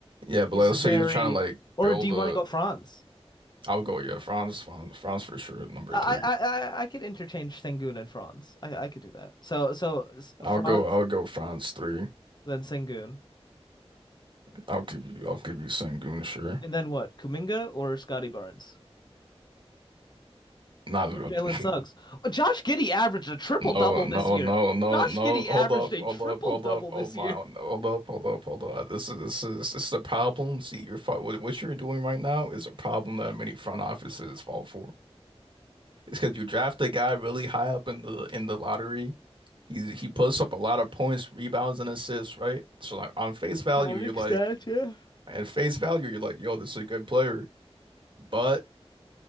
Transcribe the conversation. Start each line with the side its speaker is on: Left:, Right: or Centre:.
Right: Yeah, but
Left: he's
Right: like let's
Left: very.
Right: say you're trying to like
Left: Or
Right: build
Left: do you
Right: a.
Left: want to go Franz?
Right: I'll go yeah, Franz, Franz, Franz for sure. at Number
Left: I
Right: three.
Left: I I, I could interchange Sengun and Franz. I I could do that. So so s- Franz,
Right: I'll go. I'll go Franz three.
Left: then Sengun,
Right: I'll give you. I'll give you Sengun sure.
Left: and then what? Kuminga or Scotty Barnes
Right: Not.
Left: or Jalen
Right: <laughs>
Left: Suggs? Oh, Josh Giddey averaged a triple
Right: No,
Left: double
Right: no,
Left: this year.
Right: no, no,
Left: Josh
Right: no.
Left: Giddey
Right: Hold
Left: averaged
Right: up,
Left: a
Right: hold
Left: triple
Right: up, hold
Left: double
Right: up. Oh
Left: this
Right: my,
Left: year.
Right: no, hold up, hold up, hold up. This is this is this is a problem. See, you're fi- what what you're doing right now is a problem that many front offices fall for. It's because you draft a guy really high up in the in the lottery. He he puts up a lot of points, rebounds, and assists, right? So like on face
Left: <laughs>
Right: value,
Left: Counting
Right: you're like,
Left: stats, yeah.
Right: at face value, you're like, yo, this is a good player. But